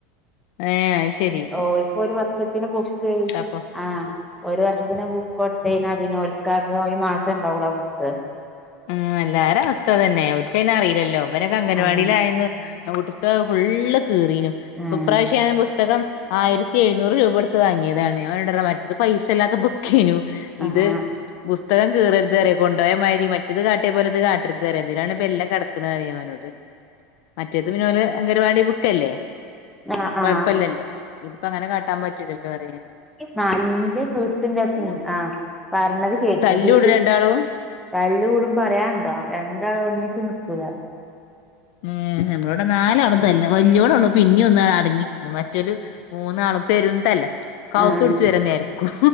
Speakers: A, on the left; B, in the centre.
A: ഹേ അയ് ശരി
B: ഓൽക്ക് ഒരു വർഷത്തിന് ബുക്ക്
A: അപ്പൊ
B: ആഹ് ഒരു വർഷത്തിന് ബുക്ക് പിന്നെ ഓൽക്കാകെ ഒരു മാസം ഉണ്ടാവുള്ളോ ആ ബുക്ക്
A: ഉം എല്ലാരും അവസ്ഥതന്നെ ഓൽക്ക് അറിയില്ലല്ലോ ഇവലൊക്കെ അങ്കൻവാടിയിലായന്ന്
B: അതെ
A: ആ നോട്ട് പുസ്തകം ഫുള്ള് കീറീനു
B: ആഹ്
A: ഇപ്പൊപ്രാവശ്യാം പുസ്തകം ആയിരത്തി എഴുന്നൂറ് രൂപ കൊടുത്ത് വാങ്ങിയതാണ് ഞാൻ ഓനോട് പറയാ മറ്റത് പൈസ ഇല്ലാത്തെ ബുക്കെന്
B: ആഹ്
A: ഇത് പുസ്തകം കീറരുത് പറി കൊണ്ടോയ മാതിരി മറ്റത് കാട്ടിയ പോലെത് കാട്ട ട്ടരുതു ന്ന് പറി ഇദിലാണ് എല്ലാം കിടക്കണ പറി ഞാൻ ഓനോട് മറ്റേത് പിന്നെ. ഓലെ പരിപാടി ബുക്കല്ലേ
B: ആഹ്
A: കൊഴപ്പല്ലല്ലോ
B: ആഹ്
A: ഇതിപ്പോ അങ്ങനെ കാട്ടാൻ പറ്റില്ലല്ലോ പറി ഞാൻ
B: നല്ലം കീട്ടും ഇന്ടെ അടുത്തുന്നു ആ പറഞ്ഞത് കേക്ക
A: തല്ലൂടും
B: ടീച്ചർ
A: രണ്ടാളും
B: തല്ല് കൂടും പറയാനുണ്ടോ രണ്ടാള ഒന്നി ച് നിക്കൂല
A: ഉം നമ്മളളോടെ നാലാളും തല്ല വല്യോളോള്ളൂ പിന്നിം ഒന്ന് അടങ്ങി മറ്റൊല് മൂന്നാളും പെരും തല്ലാ കൗത്ത്ടിച്ചു
B: ആഹ്
A: വര നേരക്കും